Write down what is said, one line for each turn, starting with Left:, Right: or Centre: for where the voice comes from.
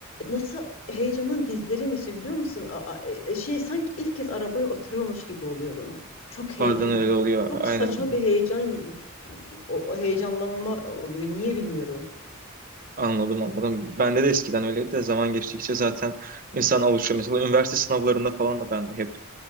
Left: nasıl heyecandan dizlerim esiyor biliyor musun? A- a- e, e, şey sanki ilk kez arabaya oturuyormuş gibi oluyorum. Çok heyecan,
Right: Bazen öyle oluyor.
Left: çok
Right: Aynen
Left: saçma bir heyecan, o o heyecanlanma oluyor. Niye bilmiyorum.
Right: anladım anladım. Bende de eskiden öyleydi de zaman geçtikçe zaten insan alışıyor. Mesela üniversite sınavlarında falan da ben de hep